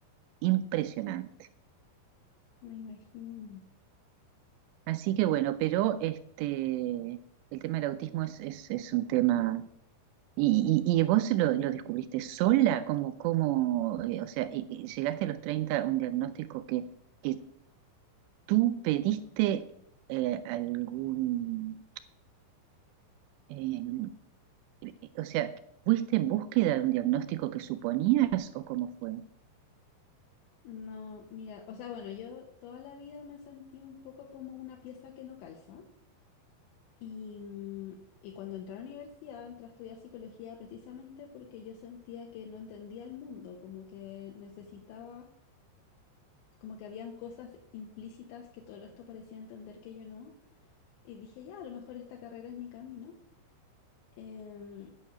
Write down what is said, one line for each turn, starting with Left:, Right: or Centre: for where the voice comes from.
Right: impresionante.
Left: Me imagino.
Right: Así que bueno, pero este, el tema del autismo es, es es un tema ¿Y, y, y vos lo, lo descubriste sola? ¿Cómo, cómo, eh, o sea, y- y llegaste a los 30 a un diagnóstico que, que tú pediste eh, algún, eh, eh, o sea, ¿fuiste en búsqueda de un diagnóstico que suponías o cómo fue?
Left: No, mira, o sea, bueno, yo toda la vida me sentí un poco como una pieza que no calza. Y, mm, y cuando entré a la universidad, entré a estudiar psicología precisamente porque yo sentía que no entendía el mundo, como que necesitaba, como que habían cosas implícitas que todo el resto parecía entender que yo no. Y dije, ya, a lo mejor esta carrera es mi camino. Em,